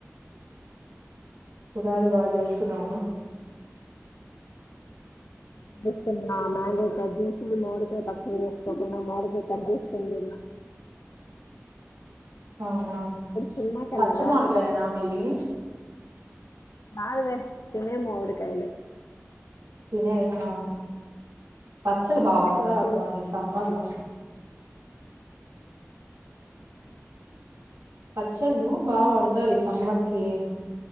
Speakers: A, on the right; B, on the left.
A: ఉగాది బా చేసుకున్నావా
B: చేస్తున్నా మ్యాంగో కట్ చేస్తు మామిడి కాయ పచ్చడి చేసుకుంటున్నా మామిడికాయ కట్ చేసుకొని తిన్న
A: అవునా
B: సినిమాకెళ్ళవా?
A: పచ్చడి మామిడికాయలేనా మీవి
B: నాలుగు తే తినే మావిడికాయలే
A: తినేయా పచ్చలు బా పడతారు
B: ఫస్ట్
A: అబ్బా ఈ సమ్మర్ లో పచ్చళ్ళు బా పడతారు ఈ సమ్మర్ కి